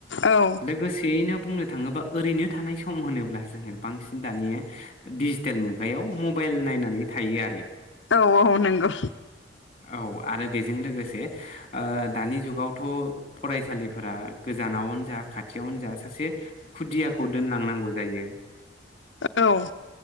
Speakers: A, on the left; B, on the left.
A: औ
B: लोगोसेयैनो बुंनो थाङोबा ओरैनो थानाय सम होनोब्ला जोङो बांसिन दानि डिजिटेल मुगायाव मबाइल नायनानै थायो आरो
A: औ औ नंगौ
B: औ आरो बे जों लोगोसे ओ दानि जुगावथ फरायसालि फोरा गोजानावनो जा खाथियावनो जा सासे खुदियाखौ दोनलांनांगौ जायो
A: औ